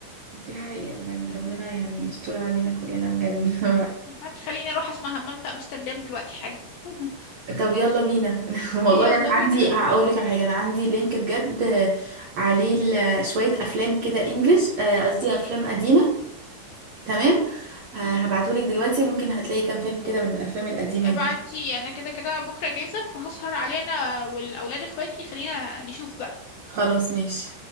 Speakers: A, on the right; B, on the left.
A: دي حقيقة بجد ربنا يعني يستر علينا كلنا بجد <laughs> ف...
B: هتخليني اروح اسمع همام في امستردام دلوقتي حالا <laughs>
A: طب يلا بينا <laughs> والله
B: يلا
A: انا
B: بينا
A: عندي هقول لك على حاجة انا عندي لينك بجد آه، عليه ال- شوية افلام كده انجلش آه، قصدي افلام قديمة تمام
B: <laughs>
A: هبعته
B: مهم.
A: لك دلوقتي ممكن هتلاقي كام فيلم كده من الافلام القديمة
B: ابعتي
A: دي
B: انا كده كده بكره جاهزه فهسهر علينا والاولاد اخواتي خلينا نشوف بقى
A: خلاص ماشي